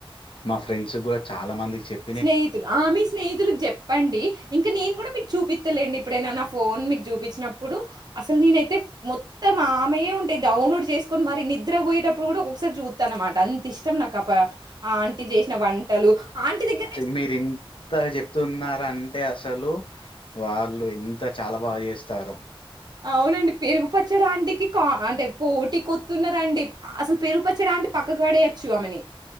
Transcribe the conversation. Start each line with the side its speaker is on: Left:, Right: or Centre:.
Left: మా ఫ్రెండ్స్ కూడా చాలా మందికి చెప్
Right: స్నేహితులు ఆ మీ స్నేహితులు చె చెప్పండి ఇంకా నేన్ గుడా మీక్ చూపిత్తలేండి ఇప్పుడైనా నా ఫోన్ మీక్ చూపించినప్పుడు అసల్ నేనైతే మొత్తం ఆమెయే ఉంటయి డౌన్లోడ్ చేస్కొని మరి నిద్ర పోయేటప్పుడు గుడా ఒక్కొక్క సారి చూత్త అన్నమాట అంత ఇష్టం నాకు ఆ ఆంటీ వంటలు ఆంటి దగ్గ
Left: మీర్ ఇంతగ చెప్తున్నరంటే అసలు వాళ్ళు ఎంత చాలా బాగా చేస్తారో
Right: అవునండి పెరుగు పచ్చడ ఆంటికి కా అంటే పోటీ కొత్తున్నరండి అసల్ పెరుగుపచ్చడ ఆంటి పక్కకు పడేయొచ్చు ఆమెని